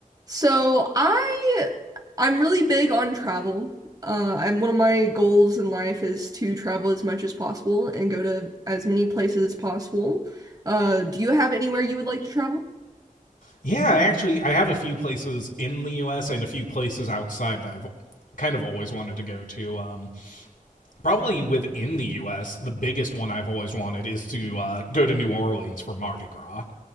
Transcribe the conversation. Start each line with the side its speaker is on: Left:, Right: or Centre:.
Right: So I I'm really big on travel. Uh, I'm one of my goals in life is to travel as much as possible and go to as many places as possible. Uh, do you have anywhere you would like to travel?
Left: Yeah, actually I have a few places in the US and a few places outside that I've kind of always wanted to go to. Um, probably within the US, the biggest one I've always wanted is to uh, go to New Orleans for Mardi Gras.